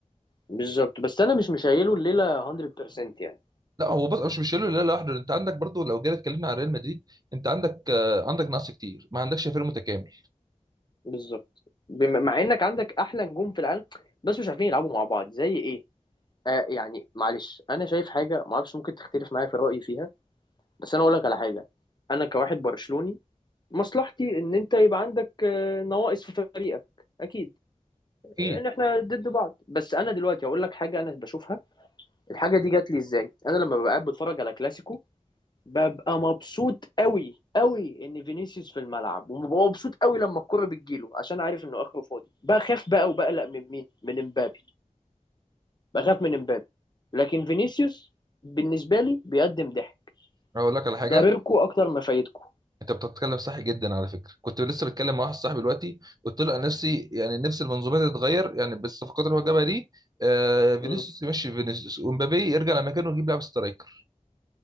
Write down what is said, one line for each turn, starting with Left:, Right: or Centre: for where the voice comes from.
Left: بالظبط بس انا مش مشايله الليله 100% يعني
Right: لا هو بص مش مش شايله لا لوحده انت عندك برضه لو جينا اتكلمنا عن ريال مدريد انت عندك آه، عندك نقص كتير ما عندكش فريق متكامل
Left: بالظبط بم- مع انك عندك احلى نجوم في العالم بس مش عارفين يلعبوا مع بعض زي ايه آه يعني معلش انا شايف حاجه ما اعرفش ممكن تختلف معايا في رايي فيها بس انا اقول لك على حاجه انا كواحد برشلوني مصلحتي ان انت يبقى عندك آه، نواقص في فريقك اكيد
Right: اكيد
Left: ان احنا ضد بعض بس انا دلوقتي هقول لك حاجه انا بشوفها الحاجه دي جات لي ازاي انا لما ببقى قاعد بتفرج على كلاسيكو ببقى مبسوط قوي قوي ان فينيسيوس في الملعب وببقى مبسوط قوي لما الكرة بتجيله عشان عارف انه اخره فاضي بخاف بقى وبقلق من مين من امبابي بخاف من امبابي لكن فينيسيوس بالنسبة لي بيقدم ضحك
Right: اقول لك على حاجه
Left: ضرركوا اكتر ما فايدكوا
Right: انت بتتكلم صح جدا على فكره كنت لسه بتكلم مع واحد صاحبي دلوقتي قلت له انا نفسي يعني نفس المنظومه دي تتغير يعني بالصفقات اللي هو جابها دي آه فينيسيوس
Left: مم.
Right: يمشي فينيسيوس ومبابي يرجع لمكانه ويجيب لاعب سترايكر